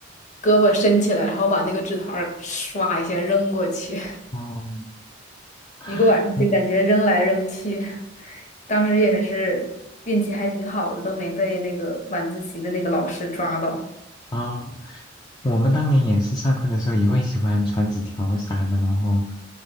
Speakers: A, on the left; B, on the left.
A: 胳膊伸起来，然后把那个纸团儿唰一下扔过去。
B: 哦，<laughs>
A: 一个晚上就感觉扔来扔去，<laughs> 当时也是运气还挺好的，都没被那个晚自习的那个老师抓到。
B: 啊，我们当年也是上课的时候也会喜欢传纸条啥的，然后